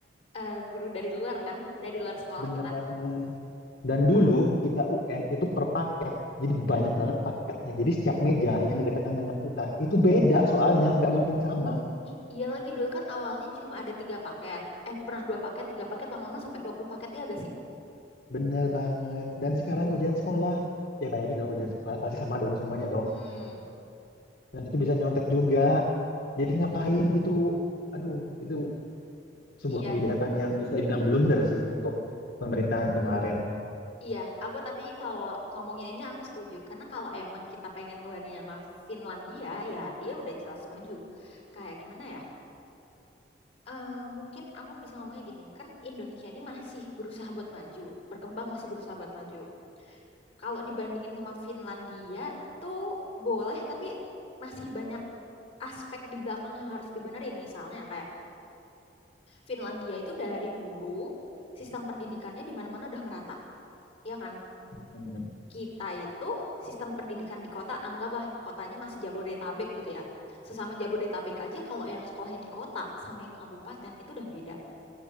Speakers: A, on the left; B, on the left.
A: eh, guru dari luar kan dari luar sekolah
B: bener
A: kita
B: banget. Dan dulu kita UN itu per paket, jadi banyak banget paketnya. Jadi setiap meja yang dekatan dengan kita itu beda soalnya, nggak mungkin sama.
A: Ih, iya lagi dulu kan awalnya cuma ada tiga paket. Eh, pernah dua paket, tiga paket, lama-lama sampai 20 paket ya gak sih?
B: Bener banget. Dan sekarang ujian sekolah, ya bayangin dong ujian sekolah pasti sama dong semuanya dong.
A: Mm-mm.
B: Dan itu bisa nyontek juga. Jadi ngapain gitu? Aduh, itu sebuah
A: Iya,
B: kebijakan yang bisa dibilang blunder sih untuk pemerintahan kemarin.
A: iya. Aku tapi kalau ngomongin ini aku setuju. Karena kalau emang kita pengen ngebandingin sama Finlandia, ya dia udah jelas maju. Kayak gimana ya? Eh, mungkin aku bisa ngomongnya gini, kan Indonesia ini masih berusaha buat maju, berkembang masih berusaha buat maju. Kalau dibandingin sama Finlandia tuh boleh, tapi masih banyak aspek di belakang yang harus dibenerin. Misalnya kayak Finlandia itu dari dulu sistem pendidikannya di mana-mana udah merata, ya kan?
B: Hmm,
A: Kita itu sistem pendidikan di kota, anggaplah kotanya masih Jabodetabek gitu ya. Sesama Jabodetabek aja kalau yang sekolahnya di kota sama yang kabupaten itu udah beda.